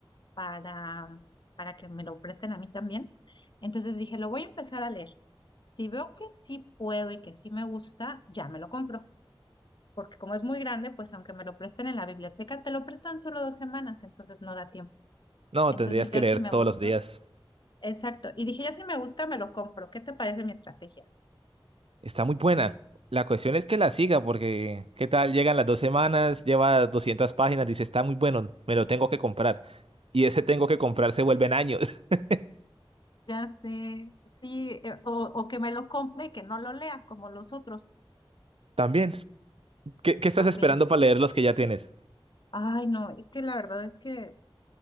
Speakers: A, on the left; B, on the right.
A: para, para que me lo presten a mí también. Entonces dije, lo voy a empezar a leer. Si veo que sí puedo y que sí me gusta, ya me lo compro. Porque como es muy grande, pues aunque me lo presten en la biblioteca, te lo prestan solo dos semanas, entonces no da tiempo.
B: No,
A: Entonces
B: tendrías que
A: ya
B: leer
A: si me
B: todos
A: gusta,
B: los días.
A: exacto. Y dije, ya si me gusta, me lo compro. ¿Qué te parece mi estrategia?
B: Está muy buena. La cuestión es que la siga, porque ¿qué tal? Llegan las dos semanas, lleva 200 páginas, dice, está muy bueno, me lo tengo que comprar. Y ese tengo que comprar se vuelven años. <laughs>
A: Ya sé, sí, eh, o, o que me lo compre y que no lo lea como los otros
B: También. ¿Qué, qué estás
A: también.
B: esperando para leer los que ya tienes?
A: Ay, no, es que la verdad es que